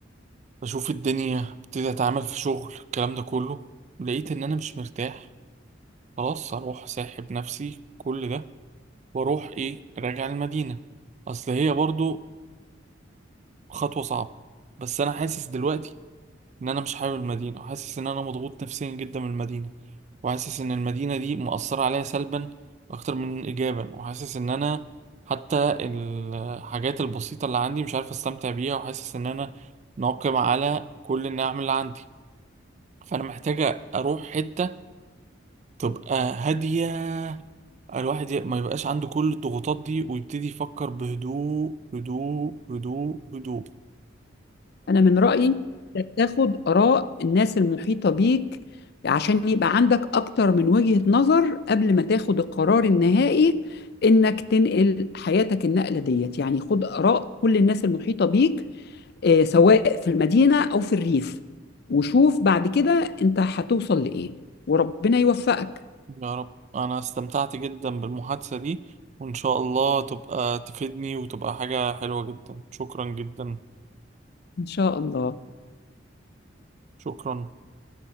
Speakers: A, on the right (about 35°); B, on the left (about 55°).
A: أشوف الدنيا ابتدي أتعامل في شغل الكلام ده كله لقيت إن أنا مش مرتاح خلاص أروح ساحب نفسي كل ده وأروح إيه راجع المدينة أصل هي برضو خطوة صعبة بس أنا حاسس دلوقتي ان انا مش حابب المدينه وحاسس ان انا مضغوط نفسيا جدا من المدينه وحاسس ان المدينه دي مؤثره عليا سلبا اكتر من ايجابا وحاسس ان انا حتى الحاجات البسيطه اللي عندي مش عارف استمتع بيها وحاسس ان انا ناقم على كل النعم اللي عندي فانا محتاجه اروح حته تبقى هاديه الواحد ي- ما يبقاش عنده كل الضغوطات دي ويبتدي يفكر بهدوء هدوء هدوء هدوء
B: انا من رايي إنك تاخد اراء الناس المحيطه بيك عشان يبقى عندك اكتر من وجهه نظر قبل ما تاخد القرار النهائي انك تنقل حياتك النقله ديت يعني خد اراء كل الناس المحيطه بيك آه، سواء في المدينه او في الريف وشوف بعد كده انت هتوصل لايه وربنا يوفقك
A: يا رب أنا استمتعت جدا بالمحادثة دي وإن شاء الله تبقى تفيدني وتبقى حاجة حلوة جدا شكرا جدا
B: ان شاء الله
A: شكرا